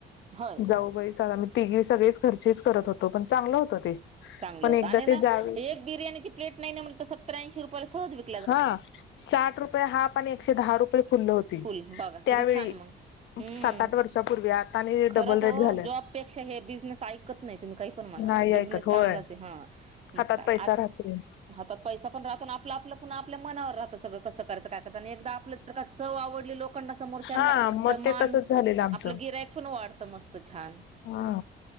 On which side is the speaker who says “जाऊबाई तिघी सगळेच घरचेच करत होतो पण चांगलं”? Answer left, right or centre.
Left